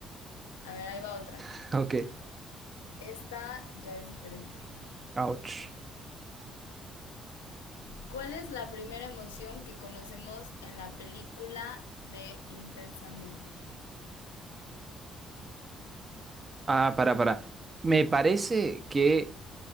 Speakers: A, on the left (about 75°); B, on the right (about 30°).
A: A ver, ahí va otra.
B: <laughs> ok.
A: Esta ya es diferente.
B: Ouch.
A: ¿Cuál es la primera emoción que conocemos en la película de Intensamente?
B: Ah, para, para. Me parece que.